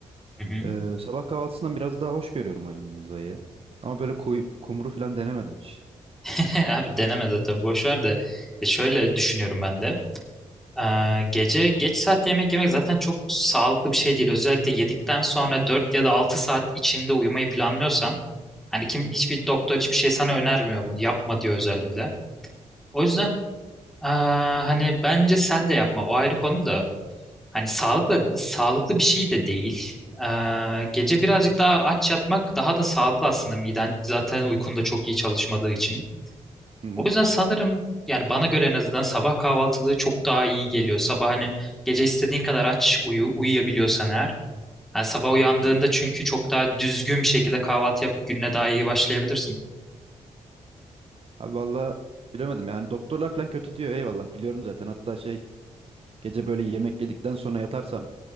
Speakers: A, in the centre; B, on the right (about 45°).
A: hı hı.
B: Ee, sabah kahvaltısından biraz daha hoş görüyorum o yanındayı. Ama böyle kuy- kumru falan denemedim hiç.
A: <laughs> Abi deneme zaten boş ver de E, şöyle düşünüyorum ben de. Ee, gece geç saatte yemek yemek zaten çok sağlıklı bir şey değil. Özellikle yedikten sonra 4 ya da 6 saat içinde uyumayı planlıyorsan hani kim hiçbir doktor hiçbir şey sana önermiyor bunu. Yapma diyor özellikle.
B: Hı hı.
A: O yüzden aa, hani bence sen de yapma. O ayrı konu da hani sağlıkla sağlıklı bir şey de değil. Ee, gece birazcık daha aç yatmak daha da sağlıklı aslında miden zaten uykunda çok iyi çalışmadığı için.
B: Hı hı.
A: O yüzden sanırım yani bana göre en azından sabah kahvaltılığı çok daha iyi geliyor. Sabah hani gece istediğin kadar aç uyu, uyuyabiliyorsan eğer. Yani sabah uyandığında
B: Hı hı.
A: çünkü çok daha düzgün bir şekilde kahvaltı yapıp gününe daha iyi başlayabilirsin.
B: Abi valla bilemedim yani doktorlar falan kötü diyor eyvallah biliyorum zaten. Hatta şey gece böyle yemek yedikten sonra yatarsam